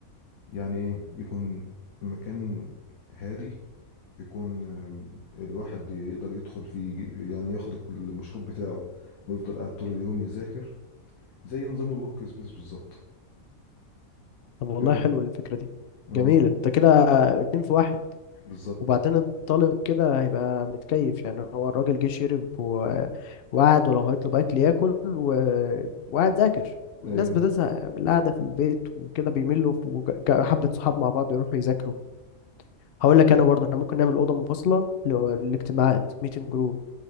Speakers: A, on the left; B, on the left.
A: يعني ايه يكون مكان هادي يكون آم، الواحد يقدر يدخل فيه يجيب- يعني ياخد المشروب بتاعه ويفضل قاعد طول اليوم يذاكر زي نظام الورك سبيس بالظبط
B: طب والله
A: ايه رايك
B: حلو الفكرة دي
A: اه
B: جميلة انت كده اتنين في واحد
A: بالظبط
B: وبعدين الطالب كده هيبقى متكيف يعني هو الراجل جه شرب و... وقعد ولو هيطلب أكل ياكل و... وقعد ذاكر
A: ايوه
B: الناس بتزهق من القعدة في البيت وكده بيملوا وحبة صحاب مع بعض يروحوا يذاكروا هقول لك انا برضه احنا ممكن نعمل اوضه منفصله للاجتماعات ميتنج روم